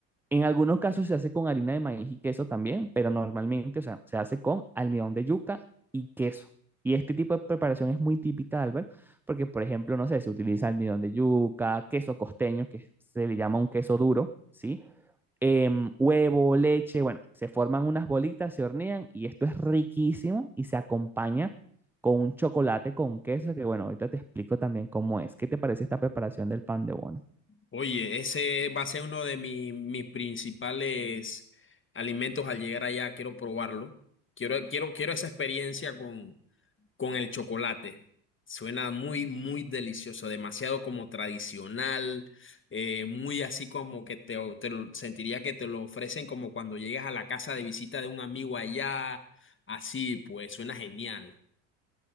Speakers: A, in the centre; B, on the left.
A: En algunos casos se hace con harina de maíz y queso también, pero normalmente, o sea, se hace con almidón de yuca y queso. Y este tipo de preparación es muy típica, de Albert, porque, por ejemplo, no sé, se utiliza almidón de yuca, queso costeño, que se le llama un queso duro, ¿sí? Em, huevo, leche, bueno, se forman unas bolitas, se hornean y esto es riquísimo y se acompaña con un chocolate con queso, que bueno, ahorita te explico también cómo es. ¿Qué te parece esta preparación del pan de bono?
B: Oye, ese va a ser uno de mis, mis principales alimentos al llegar allá. Quiero probarlo. Quiero, quiero, quiero esa experiencia con, con el chocolate. Suena muy, muy delicioso, demasiado como tradicional, eh, muy así como que te, te lo- sentiría que te lo ofrecen como cuando llegas a la casa de visita de un amigo allá. Así, pues, suena genial.